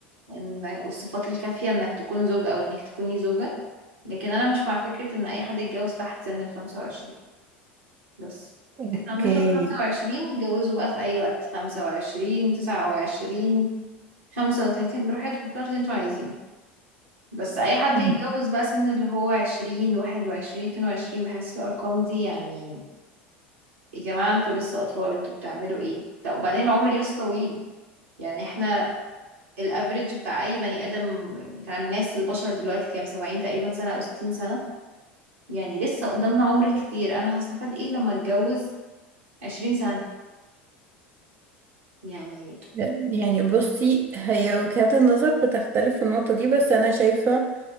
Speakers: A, on the right; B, on the right.
A: إن والصفات الكافية انك تكون زوج او انك تكوني زوجة لكن انا مش مع فكرة ان اي حد يتجوز تحت سن ال 25 بس
B: اوكي
A: تميتوا ال 25 اتجوزوا بقى في اي وقت 25 29 35 براحتكم في الوقت اللي انتوا عايزينه بس اي حد
B: <laughs>
A: يتجوز بقى سن اللي هو 20 21 22 بحس الارقام دي يعني يا جماعة انتوا لسه اطفال انتوا بتعملوا ايه طب وبعدين العمر لسه طويل يعني احنا الافريج بتاع اي بني ادم بتاع الناس البشر دلوقتي كام 70 تقريبا سنة او 60 سنة يعني لسه قدامنا عمر كتير انا هستفاد ايه لما اتجوز 20 سنة يعني
B: مم. يعني بصي هي وجهات النظر بتختلف في النقطة دي بس أنا شايفة